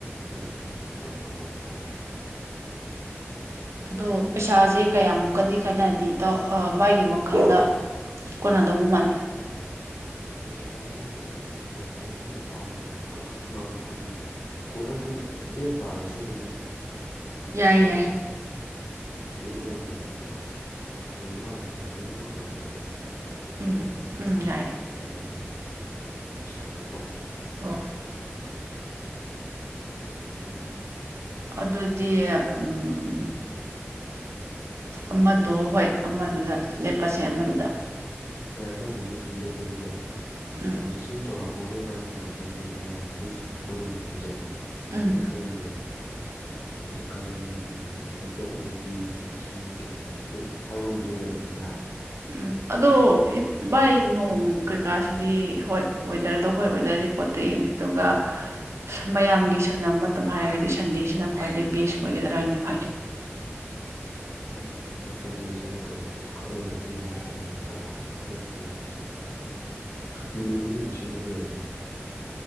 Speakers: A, on the left; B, on the right.
A: ꯎꯝ ꯍꯣꯏ ꯑꯗꯨꯃꯥꯏꯅ ꯇꯧꯔꯁꯤ
B: ꯑꯗꯣ ꯄꯩꯁꯥꯖꯦ ꯀꯌꯥꯃꯨꯛ ꯀꯗꯤ ꯈꯥꯏꯅꯔꯗꯤ ꯏꯇꯥꯎ ꯑ ꯚꯥꯏꯒꯤ ꯋꯥꯈꯜꯗ ꯀꯣꯅꯥ ꯗꯧꯕ ꯃꯥꯜꯂꯤ
A: ꯄꯩꯁꯥꯁꯦ ꯑꯗꯨꯝ ꯌꯥꯔꯒꯗꯤ ꯑꯃꯃꯝ ꯄꯨꯊꯣꯛꯅꯕ ꯍꯥꯏꯗꯤ ꯀꯣꯟꯅꯗ꯭ꯔ ꯂꯦꯝ ꯄꯥꯔꯁꯨ ꯑꯗꯨꯝ
B: ꯌꯥꯏ ꯌꯥꯏ
A: ꯍꯟꯗꯣꯛꯅꯔꯖꯨ ꯌꯥꯏꯗꯅꯀꯣ ꯑꯗꯨ ꯑꯗꯨꯃꯥꯏꯅ ꯇꯧ ꯂꯣꯏꯅꯃꯛ ꯀꯩꯅꯣ ꯇꯧꯅꯣ
B: ꯎꯝ ꯎꯝ ꯌꯥꯏ
A: ꯑꯃꯨ ꯄꯩꯁꯥꯗꯣꯀꯣ
B: ꯑ
A: ꯗꯨꯒꯤꯅꯤꯗ
B: ꯑꯗꯨꯗꯤ ꯎꯝ ꯑꯃꯗꯣ ꯍꯣꯏ ꯑꯃꯗꯨꯗ ꯂꯦꯞꯄꯁꯦ ꯑꯃꯗꯨꯗ
A: ꯃꯌꯥꯝ ꯑꯗꯨꯗꯕꯨꯗꯤ ꯂꯦꯞꯄꯁꯦ ꯑꯗꯣ ꯃꯇꯝꯁꯦ
B: ꯎꯝ
A: ꯁꯨꯝ ꯆꯥꯎꯔꯛꯄ ꯇꯣꯝꯕ ꯏꯕꯥꯅꯤꯃꯥ ꯍꯥꯏꯗꯤ ꯃꯌꯥꯝꯅꯁꯨ ꯁꯪꯒꯗꯕ ꯃꯇꯝꯖꯦ
B: ꯎꯝ
A: ꯑ ꯈꯪꯖꯦꯕ ꯍꯥꯏꯗꯤ ꯀꯔꯝꯕ ꯅꯨꯃꯤꯠꯇꯅ ꯆꯠꯂꯒꯗꯤ ꯅꯣꯡꯁꯤꯡ ꯀꯩꯀꯥ ꯍꯥꯏꯕ ꯑꯃꯁꯨ ꯂꯩꯕꯅꯤꯅ
B: ꯎꯝ ꯑꯗꯣ ꯏ ꯚꯥꯏ ꯅꯣꯡ ꯀꯩꯀꯥꯁꯤꯗꯤ ꯍꯣꯏ ꯋꯦꯗꯔꯗꯣ ꯍꯣꯏ ꯋꯦꯗꯔ ꯔꯤꯄꯣꯔꯠꯇ ꯌꯦꯡꯁꯤ ꯑꯗꯨꯒ ꯃꯌꯥꯝꯒꯤ ꯁꯪꯅꯕ ꯃꯇꯝ ꯍꯥꯏꯔꯒꯗꯤ ꯁꯟꯗꯦꯁꯤꯅ ꯈ꯭ꯋꯥꯏꯗꯩ ꯕꯦꯁ ꯑꯣꯏꯒꯗ꯭ꯔꯥ ꯍꯥꯏꯅ ꯈꯜꯂꯤ
A: ꯎꯝ ꯍꯣꯏ ꯁꯟꯗꯦꯁꯦ ꯀꯩꯅꯣꯒꯨꯝꯕ ꯈꯔꯗ ꯤ ꯑꯃ ꯁꯪꯅꯩ ꯀꯅꯥꯒꯨꯝꯕ ꯈꯔꯗꯗꯤ ꯁꯨꯇꯤ ꯂꯩꯕ ꯅꯨꯃꯤꯠꯁꯤꯅ ꯍꯦꯟꯅ